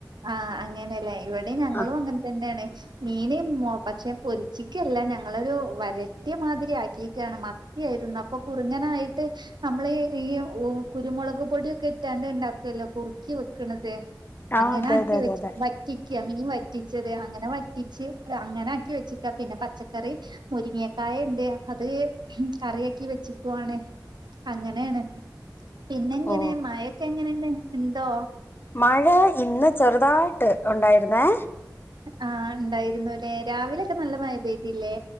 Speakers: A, on the right; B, on the left.
A: ആ അങ്ങനെയല്ലേ ഇവിടെ ഞങ്ങളും
B: ആ
A: അങ്ങനെ തന്നെയാണ് മീന് പക്ഷെ പൊരിച്ചിക്കല്ല ഞങ്ങളൊരു വരട്ടിയ മാതിരി ആക്കിയിക്കയാണ് വ ആയിരുന്നു അപ്പൊ കുറുങ്ങനായിട്ട് നമ്മള് ഈ ഒ കുരുമുളക് പൊടിയൊക്കെ ഇട്ടാണ്ട് ഇണ്ടാക്കല്ലോ കുറുക്കി വെക്കണത്
B: ആ
A: അങ്ങനെ
B: അതെ
A: ആക്കി
B: അതെ അതെ
A: വെച്ച്
B: അതെ
A: വറ്റി മീൻ വറ്റിച്ചത് അങ്ങനെ വറ്റിച്ച് അങ്ങനെ ആക്കി വെച്ചിക്ക പിന്നെ പച്ചക്കറി മുരിങ്ങക്കായ ഇണ്ട് അത് കറിയാക്കി വെച്ചിക്കും ആണ് അങ്ങനെയാണ് പിന്നെങ്ങനെ
B: ഓ
A: മഴൊക്കെ എങ്ങനെ ഇണ്ട് ഉണ്ടോ
B: മഴ ഇന്ന് ചെറുതായിട്ട് ഉണ്ടായിരുന്നേ
A: ആഹ് ഉണ്ടായിരുന്നു ല്ലെ രാവിലൊക്കെ നല്ല മഴ പെയ്തിയില്ലേ